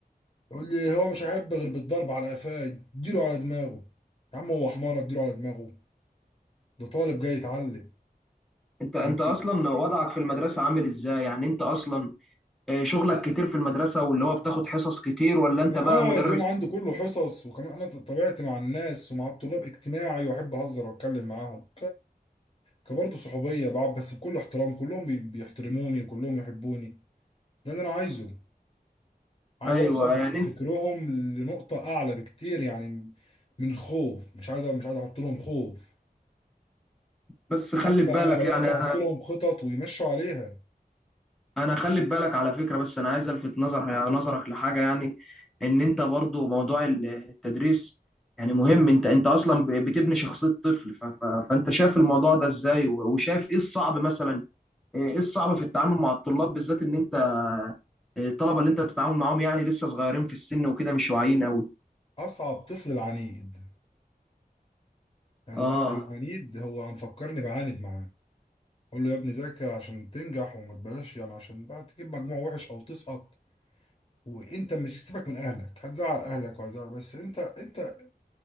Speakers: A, on the left; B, in the centre.
A: يقول لي هو مش هيحب غير بالضرب على قفاه اديله على دماغه يا عم هو حمار اديله على دماغه ده طالب جاي يتعلم
B: انت انت
A: يمكن
B: اصلا وضعك في المدرسة عامل ازاي يعني انت اصلا آه، شغلك كتير في المدرسة واللي هو بتاخد حصص كتير ولا انت
A: انا
B: بقى
A: اه
B: مدرس
A: اليوم عندي كله حصص وكمان انا طبيعتي مع الناس ومع الطلاب اجتماعي واحب اهزر واتكلم معاهم كبرضه صحوبية بقى بس بكل احترام كلهم بي- بيحترموني وكلهم يحبوني ده اللي أنا عايزه عايز
B: ايوه
A: أوصل
B: يعني
A: بفكرهم
B: انت
A: لنقطة أعلى بكتير يعني من الخوف مش عايز مش عايز أحط لهم خوف
B: بس خلي
A: حتى
B: بالك
A: أنا بدأت
B: يعني
A: أحط لهم خطط ويمشوا عليها
B: انا خلي بالك على فكره بس انا عايز الفت نظر نظرك لحاجه يعني ان انت برضو موضوع التدريس يعني مهم انت انت اصلا ب- بتبني شخصيه طفل ف- ف- فانت شايف الموضوع ده ازاي و- وشايف ايه الصعب مثلا ايه الصعب في التعامل مع الطلاب بالذات ان انت الطلبه اللي انت بتتعامل معاهم يعني لسه صغيرين في السن وكده مش واعيين قوي
A: أصعب طفل العنيد يعني
B: اه
A: ده العنيد هو مفكرني بعاند معاه أقول له يا ابني ذاكر عشان تنجح وما تبلاش يعني عشان بقى تجيب مجموع وحش أو تسقط وانت مش سيبك من اهلك هتزعل اهلك وهتزعل بس انت انت